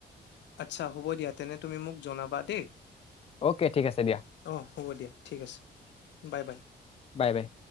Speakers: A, on the left (about 80°); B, on the left (about 35°).
A: আচ্ছা হ'ব দিয়া তেনে তুমি মোক জনাবা দেই।
B: অ'কে ঠিক আছে দিয়া
A: অ হ'ব দিয়া ঠিক আছে, বাই বাই!
B: Bye bye